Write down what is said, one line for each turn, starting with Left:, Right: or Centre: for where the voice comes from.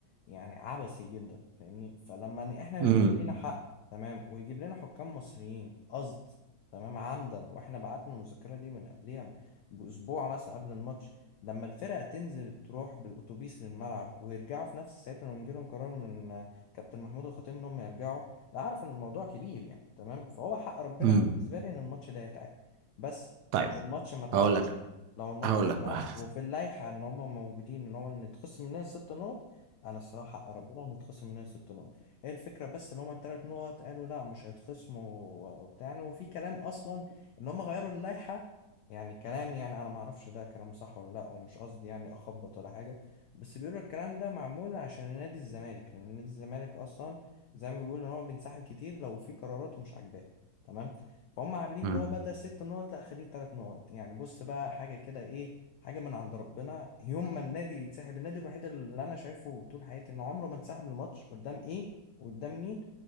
Left: يعني عبثي جدا فاهمني فلما ن- احنا بيكون
Right: امم
Left: لنا حق تمام ويجيب لنا حكام مصريين قصد تمام عمدا واحنا بعتنا المذكرة دي من قبلها بأسبوع مثلا قبل الماتش لما الفرقة تنزل تروح بالأتوبيس للملعب ويرجعوا في نفس الساعة لما يجيلهم قرار من آه، كابتن محمود الخطيب إن هم يرجعوا لا أعرف إن الموضوع كبير يعني تمام فهو حق ربنا
Right: امم
Left: بالنسبة لي إن الماتش ده يتعاد بس
Right: طيب
Left: لو الماتش ما اتعادش
Right: هقول لك
Left: لو الماتش
Right: هقول
Left: ما
Right: لك
Left: اتعادش
Right: بقى
Left: وفي اللائحة إن هم موجودين إن هو إن يتخصم مننا ست نقط أنا الصراحة حق ربنا إن يتخصم مننا ست نقط هي الفكرة بس ان هما التلات نقط قالوا لا مش هيتخصموا وبتاع وفي كلام اصلا ان هما غيروا اللائحة يعني كلام يعني انا ما اعرفش ده كلام صح ولا لا ومش قصدي يعني اخبط ولا حاجه بس بيقولوا الكلام ده معمول عشان نادي الزمالك لان نادي الزمالك اصلا زي ما بيقولوا ان هو بينسحب كتير لو في قرارات مش عاجباه تمام فهم عاملين
Right: امم
Left: اللي هو بدل ست نقط لا خليه تلات نقط يعني بص بقى حاجه كده ايه حاجه من عند ربنا يوم ما النادي يتسحب النادي الوحيد اللي انا شايفه طول حياتي انه عمره ما انسحب الماتش قدام ايه وقدام مين